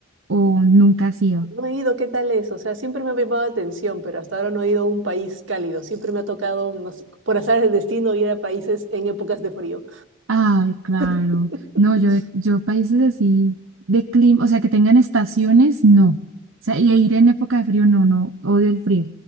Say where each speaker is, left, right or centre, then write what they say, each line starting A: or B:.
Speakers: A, on the right (about 85°); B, on the right (about 70°).
A: o nunca has ido.
B: No he ido, ¿qué tal es? O sea, siempre me ha llamado la atención, pero hasta ahora no he ido a un país cálido. Siempre me ha tocado, no sé, por azar del destino, ir a países en épocas de frío.
A: Ay, claro.
B: <laughs>
A: No, yo, de- yo países así de clima, o sea, que tengan estaciones, no. O sea, y ir en época de frío, no, no, odio el frío.